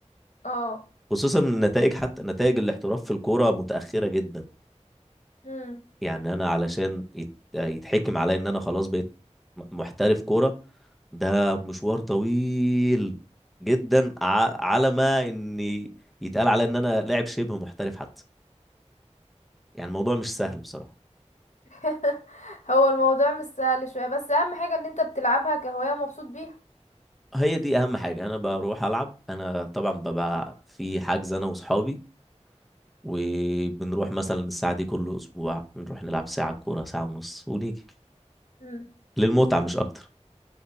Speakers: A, on the left; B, in the centre.
A: اه
B: خصوصا النتائج حتى نتائج الاحتراف في الكورة متأخرة جدا
A: مم.
B: يعني أنا علشان يت- يتحكم عليا إن أنا خلاص بقيت م- محترف كورة ده مشوار طويل جدا ع- على ما إني يتقال عليا إن أنا لاعب شبه محترف حتى يعني الموضوع مش سهل بصراحة
A: <laughs> هو الموضوع مش سهل شوية بس اهم حاجة ان انت بتلعبها كهواية ومبسوط بيها
B: هي دي أهم حاجة أنا بروح ألعب أنا طبعا ببقى في حجز أنا وأصحابي وبنروح مثلا الساعة دي كل أسبوع بنروح نلعب ساعة كورة ساعة ونص ونيجي
A: مم.
B: للمتعة مش أكتر